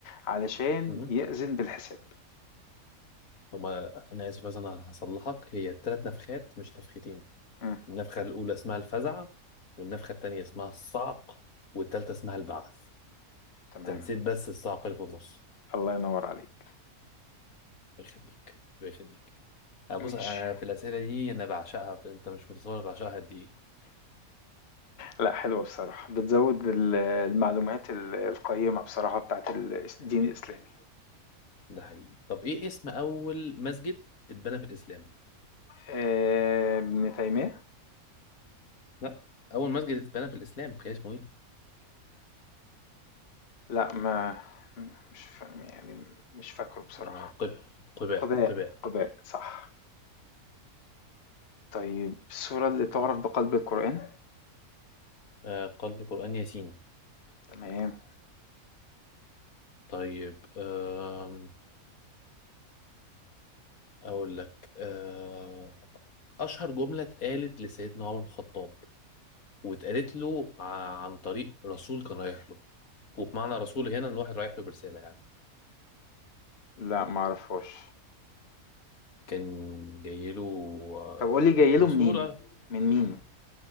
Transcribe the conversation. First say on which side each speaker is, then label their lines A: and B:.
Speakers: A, on the left; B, on the left.
A: علشان
B: مهم.
A: يأذن بالحساب
B: هما أنا آسف بس أنا هصلحك هي تلات نفخات مش نفختين
A: مم.
B: النفخة الأولى اسمها الفزع والنفخة التانية اسمها الصعق والتالتة اسمها البعث
A: تمام
B: تنسيت بس الصعق اللي في النص
A: الله ينور عليك
B: يخليك يخليك أه بص
A: ماشي
B: أنا في الأسئلة دي أنا بعشقها ب- أنت مش متصور أنا بعشقها قد إيه
A: لا حلوة بصراحة بتزود ال- المعلومات ال- القيمة بصراحة بتاعت ال- الدين الإسلامي
B: ده حقيقي طب إيه اسم أول مسجد اتبنى في الإسلام؟
A: آه، ابن تيمية
B: لا أول مسجد اتبنى في الإسلام كان اسمه إيه؟
A: لا ما مش فا... يعني مش فاكره بصراحة
B: آه ق... قباء
A: قباء
B: قباء
A: قباء صح طيب السورة اللي تعرف بقلب القرآن
B: آه قلب قرآن ياسين
A: تمام
B: طيب آم، أقول لك آه أشهر جملة اتقالت لسيدنا عمر بن الخطاب واتقالت له ع- عن طريق رسول كان رايح له وبمعنى رسول هنا ان واحد رايح له برساله يعني
A: لا ما اعرفهاش
B: كان جاي له آه،
A: طب قول لي جاي له
B: رسوله
A: منين من مين